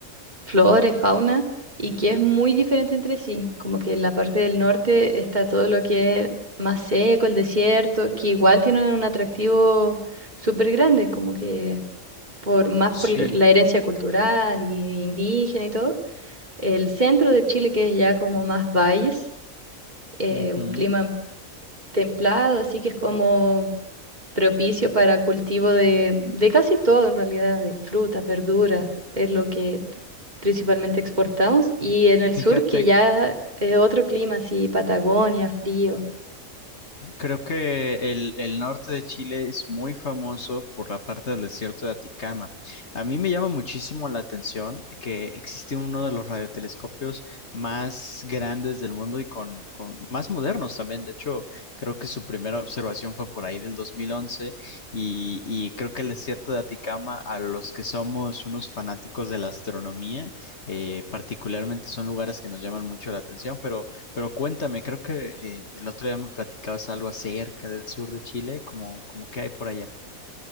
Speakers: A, on the right; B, on the left.
A: flores, fauna, y que es muy diferente entre sí. Como que en la parte del norte está todo lo que es más seco, el desierto, que igual tiene un atractivo súper grande, como que por más
B: Sí.
A: por la herencia cultural y indígena y todo. El centro de Chile, que es ya como más valles, eh,
B: ujú.
A: un clima templado, así que es como propicio para cultivo de, de casi todo en realidad, de frutas, verduras, es lo que principalmente exportamos. Y en el
B: Fíjate
A: sur, que ya es otro clima, así Patagonia, frío.
B: Creo que el, el norte de Chile es muy famoso por la parte del desierto de Aticama. A mí me llama muchísimo la atención que existe uno de los radiotelescopios más grandes del mundo y con, con más modernos también. De hecho, creo que su primera observación fue por ahí del 2011 y, y creo que el desierto de Aticama, a los que somos unos fanáticos de la astronomía, eh, particularmente son lugares que nos llaman mucho la atención, pero... Pero cuéntame, creo que eh, el otro día me platicabas algo acerca del sur de Chile, como, como qué hay por allá.